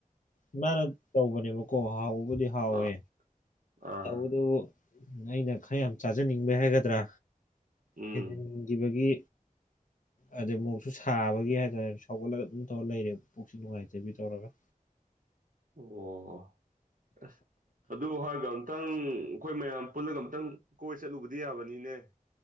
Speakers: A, on the left (about 65°); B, on the right (about 65°).
A: ꯏꯃꯥꯅ ꯇꯧꯕꯅꯦꯕꯀꯣ ꯍꯥꯎꯕꯨꯗꯤ ꯍꯥꯎꯋꯦ
B: ꯑꯥ ꯑꯥ
A: ꯇꯧꯕꯗꯕꯨ ꯑꯩꯅ ꯈꯥꯔ ꯌꯥꯝ ꯆꯥꯖꯅꯤꯡꯕꯩ ꯍꯥꯏꯒꯗ꯭ꯔꯥ
B: ꯎꯝ
A: ꯍꯦꯟꯖꯤꯟꯈꯤꯕꯒꯤ ꯑꯗꯩ ꯃꯣꯔꯣꯛꯁꯨ ꯁꯥꯕꯒꯤ ꯍꯥꯏꯇꯥꯔꯦꯅꯦ ꯁꯧꯒꯠꯂꯒ ꯑꯗꯨꯝ ꯇꯧꯔ ꯂꯩꯔꯦ ꯄꯨꯛꯁꯤ ꯅꯨꯡꯉꯥꯏꯇꯦ ꯕꯤ ꯇꯧꯔꯒ
B: ꯑꯣ ꯑꯁ ꯑꯗꯨ ꯍꯥꯏꯗꯝꯅ ꯃꯨꯛꯇꯪ ꯑꯈꯣꯏ ꯃꯌꯥꯝ ꯄꯨꯜꯂꯒ ꯑꯃꯨꯛꯇꯪ ꯀꯣꯏ ꯆꯠꯂꯨꯕꯗꯤ ꯌꯥꯕꯅꯤꯅꯦ